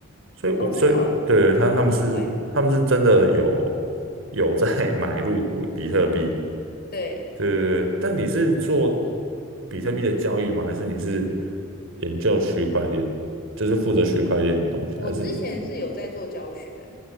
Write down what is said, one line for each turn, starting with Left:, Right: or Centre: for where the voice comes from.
Right: 所以我所以对对，
Left: 哦，真的哦，
Right: 他他们是他们是真的有有在
Left: 还蛮意外的。
Right: <laughs> 买入股比特币，
Left: 对，
Right: 对对对。但你是做比特币的交易吗？还是你是研究区块链，就是负责区块链的东西？
Left: 我之前是有在做教学，
Right: 还是你